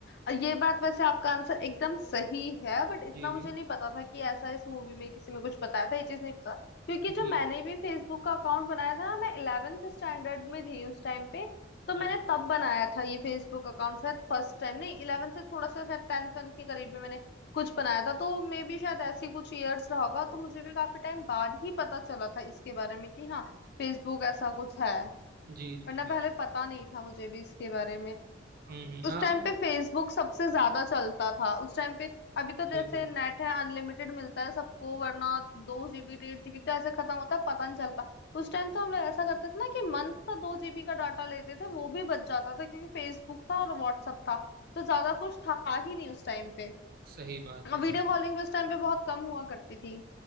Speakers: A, on the left (about 60°); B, on the right (about 50°).
A: अ, ये बात वैसे आपका आंसर एकदम सही है बट इतना
B: जी
A: मुझे नहीं पता था कि ऐसा इस मूवी में किसी में कुछ बताया था ये चीज नहीं पता क्योंकि
B: जी
A: जो मैंने
B: जी
A: भी फेसबुक का अकाउंट बनाया था मैं इलेवेंथ स्टैंडर्ड में थी उस टाइम पे तो मैंने
B: अच्छा
A: तब बनाया था ये फेसबुक अकाउंट शायद फर्स्ट टाइम नहीं इलेवेंथ से थोड़ा सा शायद टेंथ वेंथ के करीब में मैंने कुछ बनाया था तो मे बी शायद ऐसी कुछ ईयर्स रहा होगा तो मुझे भी काफी टाइम बाद ही पता चला था इसके बारे में कि हाँ फेसबुक ऐसा कुछ है
B: जी जी
A: वरना
B: जी
A: पहले पता नहीं था मुझे भी इसके बारे में
B: हम्म हम्म,
A: उस
B: हाँ
A: टाइम पे फेसबुक सबसे ज्यादा चलता था उस टाइम पे अभी तो जैसे
B: बिल्कुल
A: नेट है अनलिमिटेड मिलता है सबको वरना दो जीबी डेढ़ जीबी तो ऐसे खत्म होता है पता नहीं चलता उस टाइम तो हम लोग ऐसा करते थे ना कि मंथ का दो जीबी का डाटा लेते थे वो भी बच जाता था क्योंकि फेसबुक था और व्हाट्सअप था तो ज्यादा कुछ था ही नहीं उस टाइम पे
B: सही बात
A: और
B: है
A: वीडियो कॉलिंग भी उस टाइम पे बहुत कम हुआ करती थी